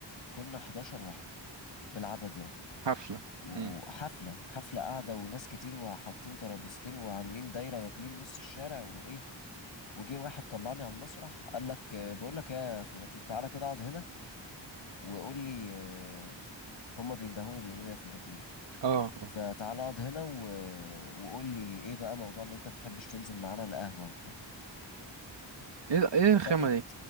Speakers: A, on the left; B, on the right.
A: كنا 11 واحد بالعدد يعني
B: حفلة
A: وحفلة
B: امم
A: حفلة قاعدة وناس كتير وحاطين ترابيزتين وعاملين دايرة واكلين نص الشارع وإيه وجه واحد طلعني على المسرح قال لك آه، بقول لك يا فلوباتير تعالى كده اقعد هنا وقول لي آه، هما بيندهوني بيقولوا لي يا فلوباتير يعني
B: اه
A: فتعالى
B: آه.
A: اقعد هنا و... وقول لي ايه بقى موضوع ان انت بتحبش تنزل معانا القهوة وبتاع
B: ايه ده- ايه الرخامة
A: فجيت
B: دي